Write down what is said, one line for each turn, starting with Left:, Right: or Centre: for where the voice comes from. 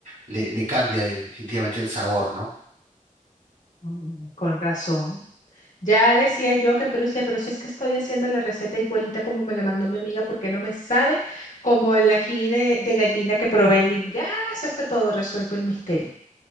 Right: le, le cambia definitivamente el sabor, ¿no?
Left: Mm, Con razón. Ya decía yo que, pero decía, pero si es que estoy haciendo la receta igualita como me la mandó mi amiga, ¿Por qué no me sabe como el ají de, de gallina que probé en Lima? Ya, eso está todo resuelto el misterio.